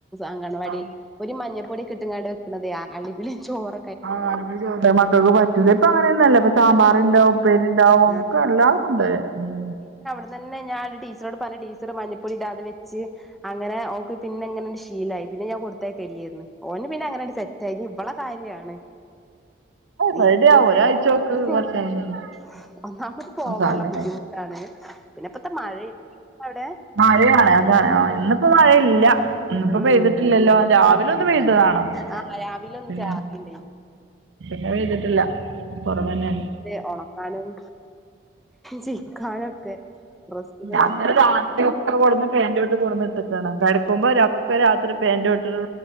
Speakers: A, in the centre; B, on the right.
A: അങ്കണവാടിൽ
B: ആഹ്
A: ഒരു മഞ്ഞപ്പൊടി കിട്ടങ്ങാട് അതേയ ഇതിൽ ചോറ്
B: അഹ് മക്കൾക്ക് പറ്റുല്ല ഇപ്പ അങ്ങനെയൊന്നുംല്ല സാമ്പാർണ്ടാവും ഉപ്പേരുണ്ടാവും ഒക്കെ
A: ആ
B: എല്ലാ ഉണ്ട് ഉം
A: അന്ന് തന്നെ ഞാൻ ടീച്ചറോട് പറഞ് ടീച്ചറ് മഞ്ഞപ്പൊടി ഇടാതെ വെച്ച് അങ്ങനെ ഓൾക് പിന്നെ എങ്ങനെണ്ട് ശീലായി പിന്നെ ഞാൻ കൊടുത്തേയക്കല്ലായിരുന്നു ഓന് പിന്നെ അങ്ങനെണ്ട് സെറ്റ് ആയി എനി ഇവളെ കാര്യണ്
B: റെഡി
A: ഇരിക്കുവ
B: ആവും ഒരാഴ്ചയൊക്കെ
A: <unintelligible>
B: കുറച്ച് കഴിയുമ്പോ
A: ഒന്നാമത് പോവാനുള്ള
B: അവസാനം
A: ബുദ്ധിമുട്ടാണ് പിന്നെ ഇപ്പത്തെ മഴും ഇണ്ട അവിടെ
B: മഴാണ് അതാണ് ഇന്നിപ്പോ മഴയില്ല. ഇന്നിപ്പോ
A: ഉം
B: പെയ്തിട്ടില്ലല്ലോ രാവിലെ ഒന്ന് പെയ്തതാണ്
A: ആ രാവിലെ ഒന്ന്
B: പിന്നെ
A: ചാറിണ്ടായിനി
B: മഴ പെയ്തിട്ടില്ല കുറവനയാണ്.
A: ഇഹ് ഉണക്കാനും ചിക്കാനു ഒക്കെ ഡ്രസ്സുകളും
B: അന്നേരം രാത്രി ഒക്കെ കൊടുന്ന് പാന്റ് ഇട്ടു കൊണ്ടെന്നുഇട്ടേക്കാണ് കിടക്കുമ്പോ ഒക്കെ രാത്രി ഫാനിന്റെ ഇട്ടിട്ടൊരു